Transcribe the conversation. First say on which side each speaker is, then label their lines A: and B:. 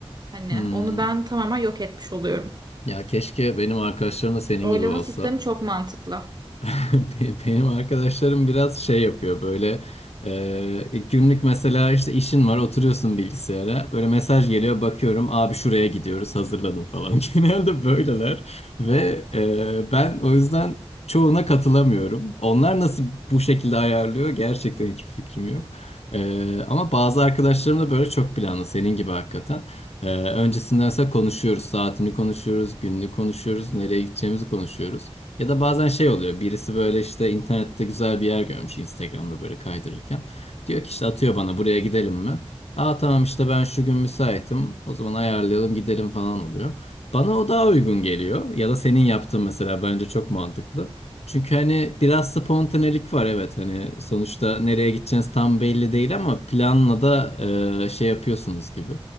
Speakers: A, on the right (about 40°); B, on the left (about 85°).
A: Hani
B: Hmm.
A: onu ben tamamen yok etmiş oluyorum.
B: Ya keşke benim arkadaşlarım da senin
A: Oylama
B: gibi olsa.
A: sistemi çok mantıklı.
B: <laughs> Be- Benim arkadaşlarım biraz şey yapıyor böyle e, günlük mesela işte işin var oturuyorsun bilgisayara böyle mesaj geliyor bakıyorum abi şuraya gidiyoruz hazırlanın falan <laughs> genelde böyleler ve e, ben o yüzden çoğuna katılamıyorum onlar nasıl bu şekilde ayarlıyor gerçekten hiçbir fikrim yok E, ama bazı arkadaşlarım da böyle çok planlı senin gibi hakikaten. E, öncesinde mesela konuşuyoruz saatini konuşuyoruz gününü konuşuyoruz nereye gideceğimizi konuşuyoruz. Ya da bazen şey oluyor. Birisi böyle işte internette güzel bir yer görmüş Instagram'da böyle kaydırırken. Diyor ki işte atıyor bana buraya gidelim mi? Aa tamam işte ben şu gün müsaitim. O zaman ayarlayalım gidelim falan oluyor. Bana o daha uygun geliyor. Ya da senin yaptığın mesela bence çok mantıklı. Çünkü hani biraz spontanelik var evet hani sonuçta nereye gideceğiniz tam belli değil ama planla da e, şey yapıyorsunuz gibi.